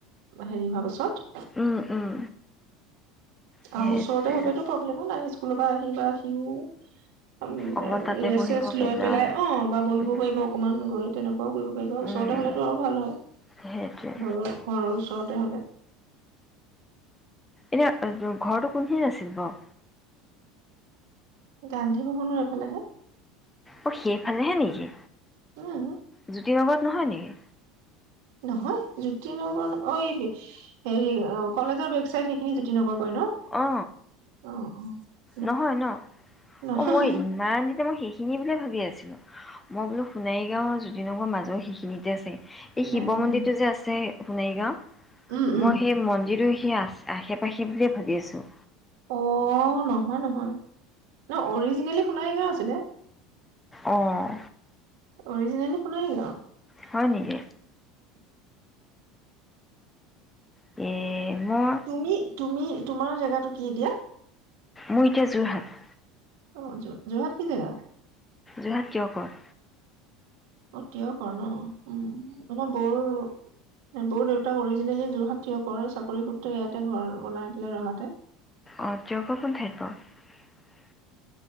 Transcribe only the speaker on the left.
উম উম সেইটোৱে
অকমান তাতে বহিব
পাৰিলে
আৰু
উম
উম
সেইটোৱে
এনে ঘৰটো কোনখিনিত আছিল বাউ
অ সেইফালেহে নেকি
জ্যোতি নগৰত নহয় নেকি
অ
নহয় ন
অ মই ইমান দিনে মই সেইখিনি বুলিয়ে ভাবি মই বোলো সোণাৰীগাঁৱ আৰু জ্যোতিনগৰ মাজৰ সেইখিনিতে আছে এই শিৱ
মন্দিৰটো যে আছে সোণাৰীগাঁও,
মই সেই মন্দিৰটো সেইয়াত আশে পাশে বুলিয়ে ভাবি আছো
অহ
হয় নেকি এ মই
মোৰ এতিয়া যোৰহাটত
যোৱা কিয় কৰ
অ টীয়কৰ কোন ঠাইত বাৰু